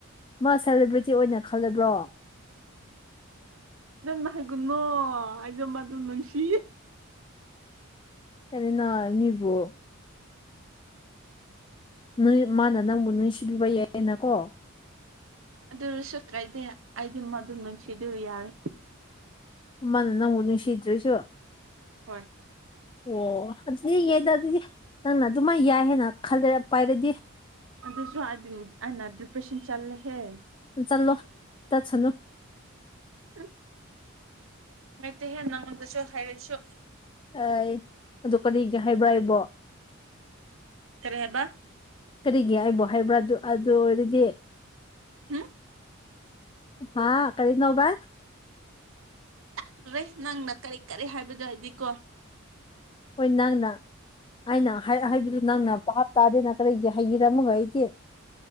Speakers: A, on the left; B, on the right.
A: ꯃꯥ ꯁꯦꯂꯦꯕ꯭ꯔꯤꯇꯤ ꯑꯣꯏꯅ ꯈꯜꯂꯕ꯭ꯔꯣ
B: ꯑꯗꯨꯝꯅꯥ ꯍꯥꯏꯒꯥꯅꯣ ꯑꯩꯗꯣ ꯃꯗꯨ ꯅꯨꯡꯁꯤ
A: ꯁꯔꯤꯅ <unintelligible> ꯑꯅꯤꯕꯨ ꯅꯣꯏ ꯃꯥꯅ ꯅꯪꯕꯨ ꯅꯨꯡꯁꯤꯕꯤꯕ ꯌꯥꯏꯌꯦꯅꯀꯣ
B: ꯑꯗꯨ ꯑꫭꯏꯔꯁꯨ ꯀꯥꯏꯗꯦ ꯑꯩꯗꯤ ꯃꯗꯨ ꯅꯨꯡꯁꯤꯗꯨ ꯌꯥꯔꯦ
A: ꯃꯅꯥ ꯅꯪꯕꯨ ꯅꯨꯡꯁꯤꯗ꯭ꯔꯥꯁꯨ
B: ꯍꯣꯏ
A: ꯑꯣ ꯑꯗꯨꯗꯤ ꯌꯦꯗ <unintelligible> ꯑꯗꯨꯗꯤ ꯅꯪꯅ ꯑꯗꯨꯃꯥꯏꯅꯥ ꯌꯥꯏ ꯍꯥꯏꯅ ꯈꯜꯂ ꯄꯥꯏꯔꯗꯤ
B: ꯑꯗꯨꯁꯨ ꯍꯥꯏꯗꯤ ꯑꯩꯅ ꯗꯤꯄ꯭ꯔꯦꯁꯟ ꯆꯜꯂꯦꯍꯦ
A: ꯆꯜꯂꯣ ꯆꯠꯁꯅꯨ
B: ꯎꯝ ꯅꯨꯉꯥꯏꯇ‌ꯦꯍ‌ꯦ ꯅꯪꯉꯣꯟꯗꯁꯨ ꯍꯥꯏꯔꯁꯨ
A: ꯑꯥꯏ ꯑꯗꯨ ꯀꯔꯤꯒꯤ ꯍꯥꯏꯕ꯭ꯔꯥ ꯑꯩꯕꫭ
B: ꯀꯔꯤ ꯍꯥꯏꯕ
A: ꯀꯔꯤꯒꯤ ꯑꯩꯕꯨ ꯍꯥꯏꯕ꯭ꯔꯥ ꯑꯗꯨ ꯑꯗꯨ ꯑꯣꯏꯔꯗꯤ
B: ꯎꯝ
A: ꯍꯥ ꯀꯔꯤꯅꯣꯕ
B: <unintelligible> ꯅꯪꯅꯥ ꯀꯔꯤ ꯀꯔꯤ ꯍꯥꯏꯕꯗꯨ ꯍꯥꯏꯗꯤꯀꯣ
A: ꯍꯣꯏ ꯅꯪꯅ ꯑꯩꯅ ꯍꯥꯏꯕꯗꯨ ꯅꯪꯅ ꯚꯥꯞ ꯇꯥꯗꯦꯅ ꯀꯔꯤꯒꯤ ꯍꯥꯏꯕꯤꯔꯝꯃꯒ ꯑꯩꯗꯤ